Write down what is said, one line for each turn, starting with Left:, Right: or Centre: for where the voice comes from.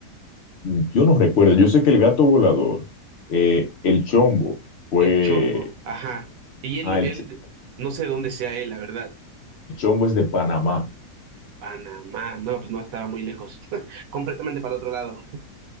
Left: yo no recuerdo. Yo sé que el Gato Volador, eh, el Chombo, fue...
Right: El Chombo, ajá. Y él,
Left: Ah, el
Right: él,
Left: Ch-
Right: no sé dónde sea él, la verdad.
Left: el Chombo es de Panamá.
Right: Panamá, no, pues no estaba muy lejos, <laughs> completamente para el otro lado.